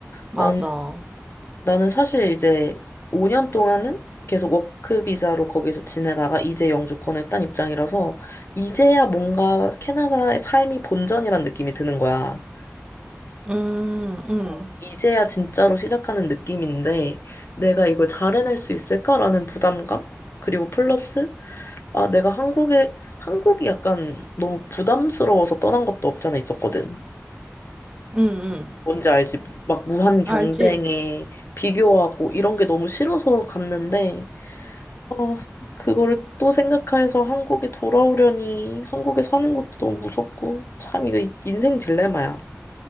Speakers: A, on the right; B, on the left.
A: 맞아.
B: 난, 나는 사실 이제 5년 동안은 계속 워크 비자로 거기서 지내다가 이제 영주권을 딴 입장이라서, 이제야 뭔가 캐나다의 삶이 본전이란 느낌이 드는 거야.
A: 음, 음,
B: 어, 이제야 진짜로 시작하는 느낌인데, 내가 이걸 잘 해낼 수 있을까라는 부담감? 그리고 플러스, 아, 내가 한국에, 한국이 약간 너무 부담스러워서 떠난 것도 없지 않아 있었거든.
A: 음, 음.
B: 뭔지 알지? 막 무한 경쟁에
A: 알지?
B: 비교하고 이런 게 너무 싫어서 갔는데, 어, 그거를 또 생각해서 한국에 돌아오려니 한국에 사는 것도 너무 무섭고, 참 이거 이- 인생 딜레마야.